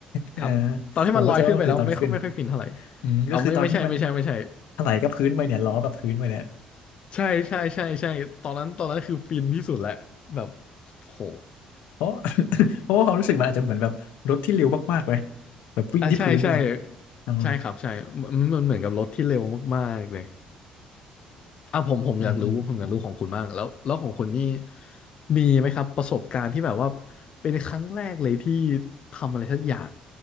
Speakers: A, on the left; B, on the left.
A: เออ
B: ครับตอนที่มันลอยขึ้นไปแล้วไม่ค่อยไม่ค่อยฟินเท่าไหร่
A: ผมเข้าใจว่ามันคือตอนขึ้นอืมก็คือตอนที่มัน
B: อ๋อไม่ไม่ใช่ไม่ใช่ไม่ใช่
A: ถลายกับพื้นไปเนี่ยล้อกับพื้นไปเนี่ย
B: ใช่ใช่ใช่ใช่ตอนนั้นตอนนั้นคือฟินที่สุดแหละแบบโห
A: เพราะ <coughs> <laughs> เพราะว่าความรู้สึกมันอาจจะเหมือนแบบรถที่เร็วมากๆเลยแบบวิ่งที่พื้นด้วย
B: อ่ะใช่ใช่
A: อ๋อ
B: ใช่ครับใช่มันมันเหมือนกับรถที่เร็วมากๆเลยอ่ะผมผมอยากรู้ผมอยากรู้ของคุณบ้างแล้วแล้วของคุณนี่
A: อืมอืมอืม
B: มีไหมครับประสบการณ์ที่แบบว่าเป็นครั้งแรกเลยที่ทำอะไรสักอย่าง